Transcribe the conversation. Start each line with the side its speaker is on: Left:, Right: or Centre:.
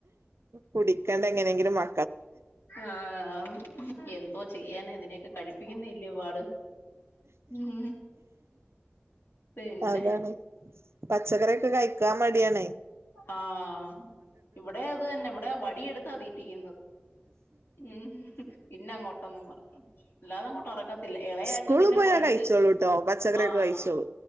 Right: കുടിക്കാണ്ട് എങ്ങനെങ്കിലും മ
Left: ആഹ് എന്തോ ചെയ്യാനാ ഇതിനെയൊക്കെ കഴിപ്പിക്കുന്നയല്ല്യോ പാട് ഉം പിന്നെ
Right: അതാണ് പച്ചക്കറിയൊക്കെ കഴിക്കാൻ മടിയണേ
Left: ആഹ് ഇവിടെ അത് തന്നെ ഇവിടെ വടിയെടുത്താ തീറ്റിക്കുന്നത് ഉം തിന്നങ്ങോട്ടെന്നും പറഞ്ഞോണ്ട് ഇല്ലാതെ അങ്ങോട്ട് ഇറക്ക ല്ല ഇളയാക്ക്
Right: സ്കൂള്
Left: പിന്നെ
Right: പോയാ
Left: കൊഴച്ച്
Right: കഴിച്ചോളൂട്ടോ പച്ചക്കറിയൊക്കെ
Left: ആഹ്
Right: കഴിച്ചോളൂ